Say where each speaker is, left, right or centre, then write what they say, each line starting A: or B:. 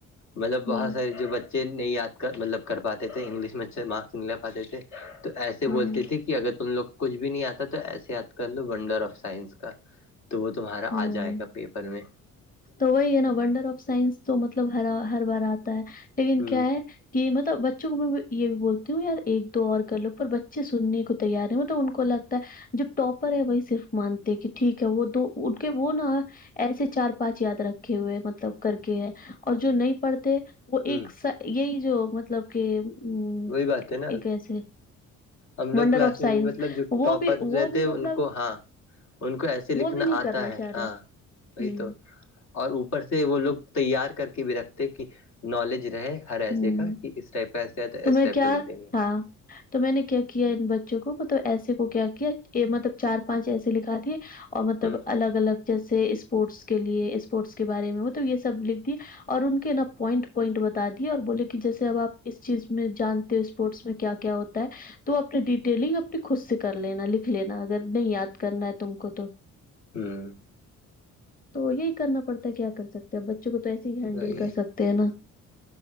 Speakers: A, on the left (about 65°); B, on the left (about 30°).
A: مطلب بہت
B: ہوں،
A: سارے جو بچے نہیں یاد کر مطلب کر پاتے تھے انگلش میں اچھا مارکس نہیں لا پاتے تھے تو ایسے
B: ہوں،
A: بولتی تھی کہ اگر تم لوگ کو کچھ بھی نہیں آتا تو ایسے یاد کر لو ونڈر آف سائنس کا تو وہ تمہارا
B: ہوں۔
A: آ جائے گا پیپر میں
B: تو وہی ہے نا ونڈر آف سائنس تو مطلب ہر ہر بار آتا ہے لیکن
A: ہوں
B: کیا ہے کہ مطلب بچوں کو میں یہ بھی بولتی ہوں یار ایک دو اور کر لو پر بچے سننے کو تیار ہیں مطلب ان کو لگتا ہے جو ٹاپر ہے وہی صرف مانتے کہ ٹھیک ہے وہ دو ان کے وہ نا ایسے چار پانچ یاد رکھے ہوئے مطلب کر کے ہے اور جو نہیں پڑھتے وہ
A: ہوں
B: ایک یہی جو مطلب کہ ا
A: وہی بات ہے نا
B: ایک ایسے
A: ہم لوگ
B: ونڈر
A: کلاس
B: آف سائنس
A: میں بھی مطلب جو
B: وہ
A: ٹاپر
B: بھی وہ
A: رہتے
B: بھی
A: ان
B: مطلب
A: کو ہاں ان کو ایسے لکھنا
B: وہ بھی نہیں کرنا
A: آتا ہے
B: چاہ
A: ہاں
B: رہے
A: وہی
B: ہوں
A: تو اور اوپر سے وہ لوگ تیار کر کے بھی رکھتے کہ نالج رہے ہر ایسے
B: ہوں
A: کا کہ اس ٹائپہ ایسے آئے تو اس
B: میں
A: ٹپہ
B: کیا
A: لکھ دیں گے
B: ہاں، تو میں نے کیا کیا ان بچوں کو مطلب ایسے کو کیا کیا مطلب چار پانچ ایسے لکھا دیے اور مطلب
A: ہ
B: الگ الگ جیسے اسپورٹس کے لیے اسپورٹس کے بارے میں ہو تو یہ سب لکھ دیے اور ان کے نا پوائنٹ پوائنٹ بتا دی اور بولے کہ جیسے اب آپ اس چیز میں جانتے ہو اسپورٹس میں کیا کیا ہوتا ہے تو اپنی ڈیٹیلنگ اپنی خود سے کر لینا لکھ لینا اگر نہیں یاد کرنا ہے تم کو تو
A: ہوں
B: تو یہی کرنا پڑتا ہے کیا کر سکتے ہیں بچوں کو تو ایسے ہی ہینڈل
A: وہی
B: کر
A: ہے
B: سکتے ہیں نا